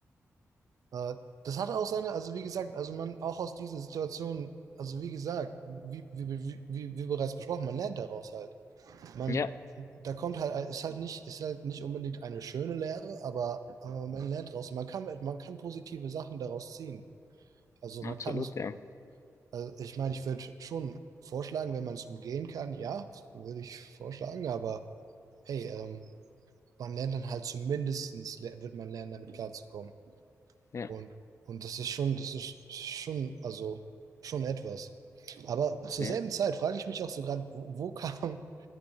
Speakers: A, on the right; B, on the left.
A: äh, das hat auch seine, also wie gesagt, also man auch aus diesen Situationen, also wie gesagt, wie, wie, wie, wie, wie bereits besprochen, man lernt daraus halt. Man,
B: ja,
A: da kommt halt, ist halt nicht, ist halt nicht unbedingt eine schöne Lehre, aber äh, man lernt daraus. Man kann, man kann positive Sachen daraus ziehen. Also
B: absolut,
A: man kann es,
B: ja.
A: also ich meine, ich würde schon vorschlagen, wenn man es umgehen kann, ja, das würde ich vorschlagen, aber hey, ähm, man lernt dann halt zumindestens, le- wird man lernen, damit klarzukommen.
B: Ja,
A: Und, und das ist schon, das ist, das ist schon, also schon etwas. Aber zur
B: ja.
A: selben Zeit frage ich mich auch so gerade, wo, wo kam,